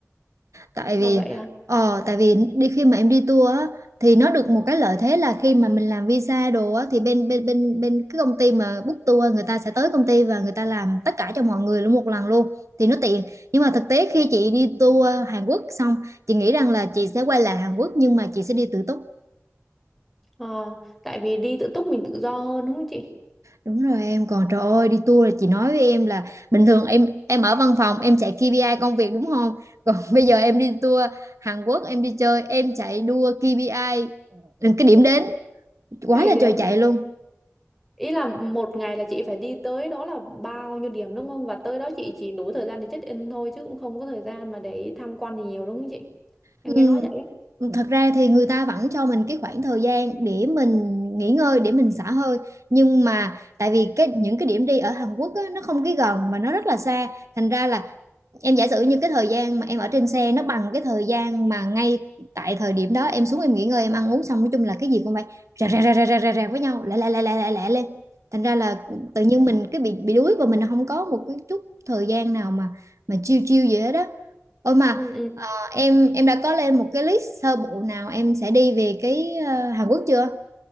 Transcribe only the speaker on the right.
tại vì
ờ tại vì đi khi mà em đi tour á thì nó được một cái lợi thế là khi mà mình làm visa đồ á thì bên bên bên bên cái công ty mà book tour người ta sẽ tới công ty và người ta làm tất cả cho mọi người luôn một lần luôn thì nó tiện nhưng mà thực tế khi chị đi tour Hàn Quốc xong chị nghĩ rằng là chị sẽ quay lại Hàn Quốc nhưng mà chị sẽ đi tự túc
Đúng rồi em còn trời ơi đi tour là chị nói với em là bình thường em em ở văn phòng em chạy KPI công việc đúng không? Còn <laughs> bây giờ em đi tour Hàn Quốc em đi chơi em chạy đua KPI cái điểm đến quá
là
trời chạy luôn.
Ừ,
thật ra thì người ta vẫn cho mình cái khoảng thời gian để mình nghỉ ngơi để mình xả hơi nhưng mà tại vì cái những cái điểm đi ở Hàn Quốc á, nó không cái gần mà nó rất là xa thành ra là em giả sử như cái thời gian mà em ở trên xe nó bằng cái thời gian mà ngay tại thời điểm đó em xuống em nghỉ ngơi em ăn uống xong nói chung là cái gì cũng phải rà rà rà rà rà rà, rà với nhau lẹ lẹ lẹ lẹ lẹ lẹ lên thành ra là tự nhiên mình cái bị bị đuối và mình không có một cái chút thời gian nào mà mà chill chill gì hết đó ôi mà
à, em em đã có lên một cái list sơ bộ nào em sẽ đi về cái ờ, Hàn Quốc chưa